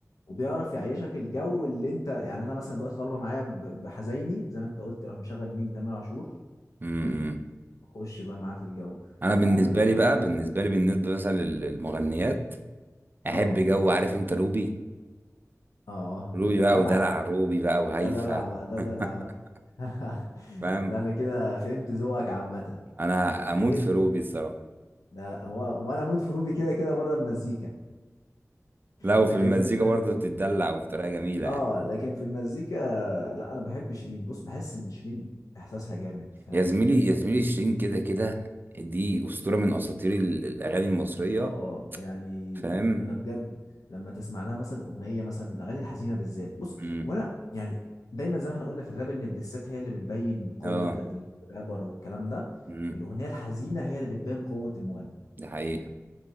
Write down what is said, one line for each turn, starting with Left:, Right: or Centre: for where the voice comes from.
Left: وبيعرف يعيشك الجو اللي انت يعني انا مثلا دلوقتي طالبة معايا ب- بحزيني زي ما انت قلت اروح مشغل مين تامر عاشور
Right: امم امم.
Left: واخش بقى معاه في الجو
Right: انا
Left: لا
Right: بالنسبة
Left: انا دلوقتي
Right: لي بقى بالنسبة لي بالنسبة مثلا لل- للمغنيات احب
Left: اه
Right: جو عارف انت روبي
Left: اه
Right: روبي بقى
Left: دلع
Right: ودلع
Left: ده
Right: روبي بقى وهيفا
Left: ده دلع بقى ده
Right: <laughs>
Left: دلع بقى <laughs>
Right: فاهم
Left: لا انا كده فهمت ذوقك عامة
Right: انا
Left: عجبني
Right: اموت في روبي الصراحة
Left: لا هو هو انا اموت في روبي كده كده بره المزيكا
Right: لو
Left: لكن
Right: في المزيكا
Left: في الم...
Right: برضه بتتدلع وبطريقة جميلة
Left: اه
Right: يعني
Left: لكن في المزيكا لا انا بحب شيرين بص بحس ان شيرين احساسها جامد فاهم
Right: يا زميلي يا زميلي شيرين كده كده دي أسطورة من أساطير ال- الأغاني المصرية
Left: اه يعني
Right: فاهم
Left: انا بجد لما تسمع لها مثلا اغنيه مثلا الاغاني الحزينه بالذات بص
Right: امم
Left: وانا يعني دايما زي ما احنا قلنا في الراب ان الدسات هي اللي بتبين قوه
Right: اه
Left: الرابر والكلام ده
Right: امم
Left: الاغنيه الحزينه هي اللي بتبين قوه المغني
Right: ده حقيقة